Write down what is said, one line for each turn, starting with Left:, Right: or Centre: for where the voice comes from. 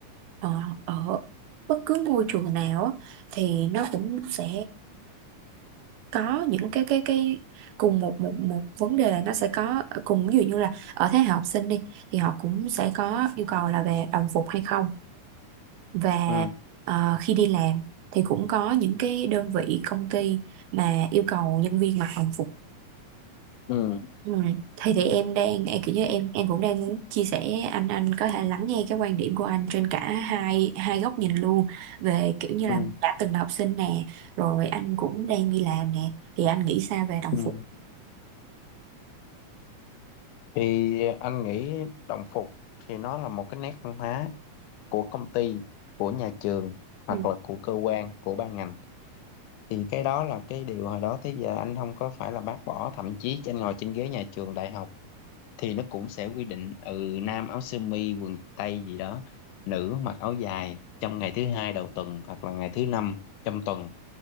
Right: ờ, ở bất cứ môi trường nào á, thì nó cũng sẽ có những cái cái cái cùng một một một vấn đề là nó sẽ có cùng ví dụ như là ở thế hệ học sinh đi thì họ cũng sẽ có yêu cầu là về đồng phục hay không và
Left: ừ
Right: ờ, khi đi làm thì cũng có những cái đơn vị công ty mà yêu cầu nhân viên mặc đồng phục
Left: ừ
Right: ừ. thì thì em đang em kiểu như em em cũng đang muốn chia sẻ anh anh có thể lắng nghe cái quan điểm của anh trên cả hai hai góc nhìn luôn về kiểu như là
Left: ừ
Right: đã từng là học sinh nè rồi anh cũng đang đi làm nè thì anh nghĩ sao về đồng
Left: ừ
Right: phục
Left: thì anh nghĩ đồng phục thì nó là một cái nét văn hóa của công ty của nhà trường hoặc
Right: Ừ.
Left: là của cơ quan của ban ngành thì cái đó là cái điều hồi đó tới giờ anh không có phải là bác bỏ thậm chí trên ngồi trên ghế nhà trường đại học thì nó cũng sẽ quy định ừ nam áo sơ mi quần tây gì đó nữ mặc áo dài trong ngày thứ hai đầu tuần hoặc là ngày thứ năm trong tuần